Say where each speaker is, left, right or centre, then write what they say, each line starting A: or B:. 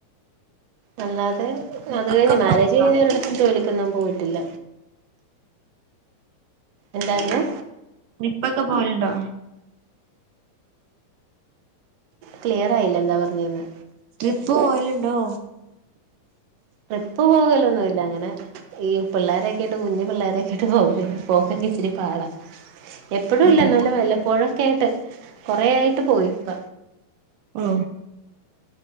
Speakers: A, on the right; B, on the right.
A: അല്ലാതെ
B: ട്രിപ്പൊക്കെ
A: അത് കഴിഞ്ഞ് മാരേജ്
B: പോവലുണ്ടോ
A: കഴിഞ്ഞ് ഒരിടത്തും ജോലിക്കൊന്നും പോയിട്ടില്ല. എന്തായിരുന്നു?
B: ഇനിപ്പൊക്കെ പോവലുണ്ടോ?
A: ക്ലിയർ ആയില്ല എന്താ പറഞ്ഞേന്ന്?
B: ട്രിപ്പ് പോയലുണ്ടോ?
A: ട്രിപ്പ് പോകലൊന്നുല്ല അങ്ങനെ. ഈ പിള്ളാരൊക്കെ ഇട്ട് കുഞ്ഞു പിള്ളോരൊക്കെ ഇട്ട് പോ പോക്കൊക്കെ ഇച്ചിരി പാടാ. എപ്പഴും
B: ഓഹ്
A: ഇല്ല നല്ല വല്ലപ്പോഴൊക്കെ ആയിട്ട് കൊറെ ആയിട്ട് പോയിപ്പ.
B: ആഹ്